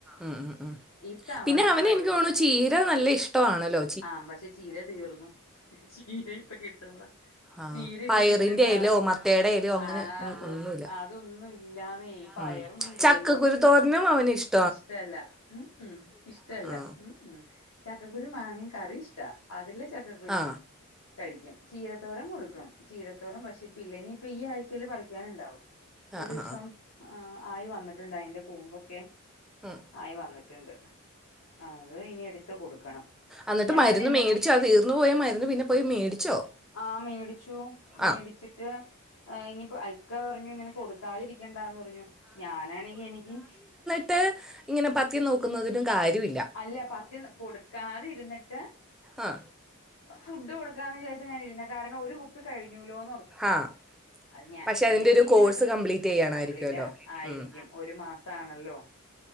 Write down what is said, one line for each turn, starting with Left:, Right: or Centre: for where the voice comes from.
Centre: ഉം ഉം
Left: ഇത്തവണ
Centre: പിന്നെ
Left: ഇപ്പ
Centre: അവന്
Left: അരി
Centre: എനിക്ക്
Left: തീർന്നു
Centre: തോണു ചീര നല്ല ഇഷ്ടണല്ലോ
Left: ആ പക്ഷെ ചീര തീർന്നു ചീര ഇപ്പ കിട്ടണീല്ല
Centre: ആ
Left: ചീര ഇപ്പൊ
Centre: പയറിൻ്റെ
Left: കിട്ടണീല്ല
Centre: ഇലയോ മത്തയുടെ ഇലയോ അങ്ങനെ
Left: ആ
Centre: ഒന്നും-
Left: അത്
Centre: ഒന്നുമില്ല
Left: അതൊന്നും ഇല്ലാന്നെ പയറൊന്നും
Centre: ഉം.
Left: ഇല്ലല്ലോ
Centre: ചക്കക്കുരു തോരനും അവന് ഇഷ്
Left: ഇഷ്ട്ടല്ല ഉം ഉം ഇഷ്ട്ടല്ല
Centre: ആ
Left: ഉം ഉം ചക്കക്കുരു മാങ്ങയും കറി ഇഷ്ടാ അതിലെ ചക്കക്കുരു
Centre: ആ
Left: കഴിക്കും ചീരത്തോരം കൊടുക്കും ചീരത്തോരം പക്ഷേ പില്ലേനി ഇപ്പ ഈ ആഴ്ചല്‌ പറിക്കാനുണ്ടാവും
Centre: ആ
Left: ഒരു ദിവസം
Centre: ആ ആ.
Left: ആയി വന്നിട്ടുണ്ട് അയിന്റെ കൂമ്പൊക്കെ
Centre: ഉം
Left: ആയി വന്നിട്ടുണ്ട് അത് ഇനി എടുത്ത് കൊടുക്കണം
Centre: അന്നിട്ട്
Left: ഞാനെന്നെ
Centre: മരുന്ന് മേടിച്ചോ അ തീർന്നു പോയ മരുന്ന് പിന്നെ പോയി മേടിച്ചോ
Left: ആഹ് മേടിച്ചു മേടിച്ചിട്ട്
Centre: ആ
Left: ഇനിയിപ്പ ഐക്ക പറഞ്ഞു ഇങ്ങനെ കൊടുക്കാതിരിക്കണ്ടാന്ന് പറഞ്ഞു ഞാനാണെങ്കി എനിക്ക്
Centre: ട്ടേ ഇങ്ങനെ പത്തിം നോക്കുന്നതിനും കാര്യവില്ല
Left: അല്ല പത്തി ന കൊടുക്കാതിരുന്നിട്ട്
Centre: ആ ആ
Left: ഫുഡ് കൊടുക്കാന്ന് വിചാരിച്ച ഞാനിരുന്ന കാരണം ഒരു കുപ്പി കഴിഞ്ഞൂലോന്ന്ർത്തിട്ട്
Centre: ആ
Left: അത് ഞാ
Centre: പക്ഷെ
Left: എനിക്കിങ്ങനെത്
Centre: അതിന്റെ ഒരു കോഴ്സ് കംപ്ലീറ്റ് ചെയ്യാണായിരിക്കുമല്ലോ
Left: സ കംപ്ലീറ്റ് ആ ആയിരിക്കും
Centre: ഉം.
Left: ഒരു മാസ ആണല്ലോ